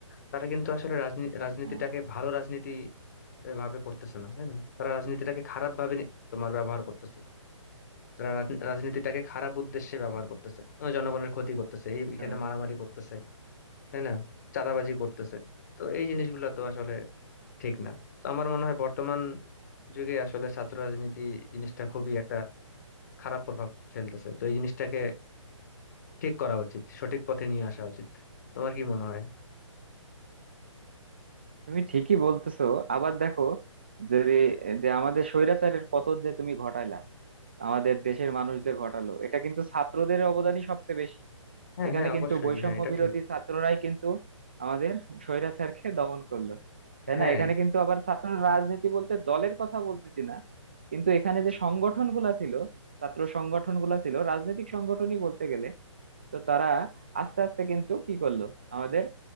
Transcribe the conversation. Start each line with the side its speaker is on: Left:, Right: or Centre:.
Left: তারা কিন্তু আসলে রাজনীতি রাজনীতিটাকে
Right: হ্যাঁ
Left: ভালো রাজনীতি এ, ভাবে করতেছে না তাই না তারা রাজনীতিটাকে খারাপ ভাবে নি- তোমার ব্যবহার করতেছে তারা রাজ- রাজনীতিটাকে খারাপ উদ্দেশ্যে ব্যবহার করতেছে আহ, জনগণের ক্ষতি করতেছে
Right: বুঝতে
Left: এই এখানে
Right: পারছি
Left: মারামারি করতেছে তাই না চাঁদাবাজি করতেছে তো এই জিনিসগুলো তো আসলে ঠিক না তো আমার মনে হয় বর্তমান যুগে আসলে ছাত্র রাজনীতি জিনিসটা খুবই একটা খারাপ প্রভাব ফেলতেছে তো এই জিনিসটাকে ঠিক করা উচিত সঠিক পথে নিয়ে আসা উচিত তোমার কি মনে হয়
Right: তুমি ঠিকই বলতেছো আবার দেখো যদি যে আমাদের স্বৈরাচারের পতন যে তুমি ঘটাইলা আমাদের দেশের মানুষ যে ঘটালো এটা কিন্তু ছাত্রদের অবদানই সবচেয়ে বেশি
Left: হ্যাঁ
Right: এখানে
Left: হ্যাঁ
Right: কিন্তু
Left: অবশ্যই
Right: বৈষম্য
Left: হ্যাঁ এটা
Right: বিরোধী
Left: ঠিক
Right: ছাত্ররাই কিন্তু আমাদের স্বৈরাচারকে দমন করলো তাই
Left: হ্যাঁ
Right: না এখানে কিন্তু আবার ছাত্র রাজনীতি বলতে দলের কথা বলতেছি না কিন্তু এখানে যে সংগঠন গুলা ছিল ছাত্র সংগঠন গুলা ছিল রাজনৈতিক সংগঠনই বলতে গেলে তো তারা আস্তে আস্তে কিন্তু কি করলো আমাদের